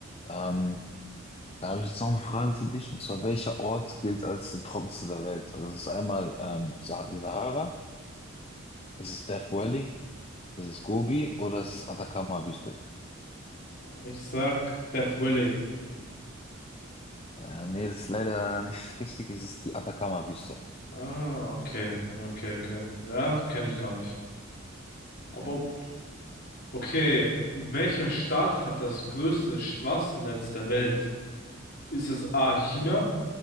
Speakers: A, on the left; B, on the left.
A: Ähm, Da habe ich jetzt noch eine Frage für dich, und zwar, welcher Ort gilt als der trockenste der Welt? Also es ist einmal ähm, Sa- die Sahara, es ist Death Valley, es ist Gobi oder es ist Atacama-Wüste?
B: Ich sag Death Valley.
A: Äh, nee, das ist leider nicht richtig, es ist die Atacama-Wüste.
B: Ah, okay, okay, okay. Ja, kenne ich gar nicht. Aber Okay, welcher Staat hat das größte Straßennetz der Welt? Ist es A China,